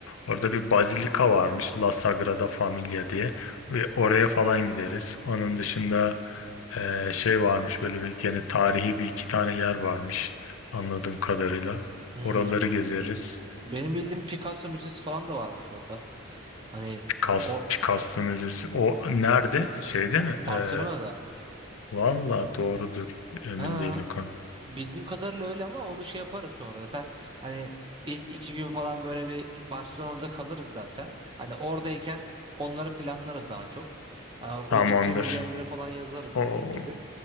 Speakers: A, on the left; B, on the right.
A: Orada bir bazilika varmış La Sagrada Familia diye. Ve oraya falan gideriz. Onun dışında eee, şey varmış böyle bir yani tarihi bir iki tane yer varmış anladığım kadarıyla.
B: Hmm.
A: Oraları gezeriz.
B: Benim bildiğim bir Picasso müzesi falan da varmış orada. Hani
A: Picasso,
B: o,
A: Picasso Müzesi. O nerede? Şeyde
B: o
A: mi?
B: Barcelona'da.
A: Eee valla doğrudur. Emin
B: Ha
A: değilim kanka.
B: Bildiğim kadarıyla öyle ama onu şey yaparız sonra. Zaten hani ilk iki gün falan böyle bir Barcelona'da kalırız zaten. Hani oradayken onları planlarız daha çok. Ha, o
A: Tamamdır.
B: gideceğimiz yerleri falan yazarız
A: O
B: dediğin gibi.